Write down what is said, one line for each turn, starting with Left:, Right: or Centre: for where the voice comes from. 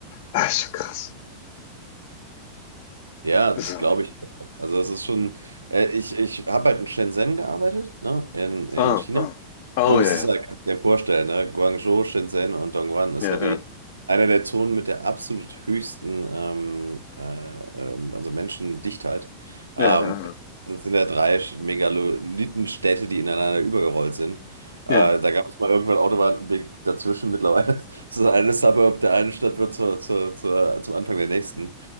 Left: Ah, ist schon krass.
Right: Ja, das
Left: So.
Right: glaube ich. Also das ist schon, äh, ich, ich habe halt in Shenzhen gearbeitet, ne? In, in
Left: Ah,
Right: China.
Left: ah. Oh,
Right: Und es
Left: ja,
Right: ist
Left: ja.
Right: halt, kannst du dir ja vorstellen, ne? Guangzhou, Shenzhen und Dongguan ist
Left: Ja,
Right: ja die,
Left: ja,
Right: einer der Zonen mit der absolut höchsten ähm, äh, ähm, also Menschendichtheit. Ähm,
Left: ja, ja,
Right: das sind ja drei Megalithenstädte, die ineinander übergerollt sind. Äh,
Left: ja.
Right: da gab es mal irgendwann Autobahnweg dazwischen. Mittlerweile <laughs> ist das eine Suburb der einen Stadt wird zur, zur, zur, zum Anfang der nächsten.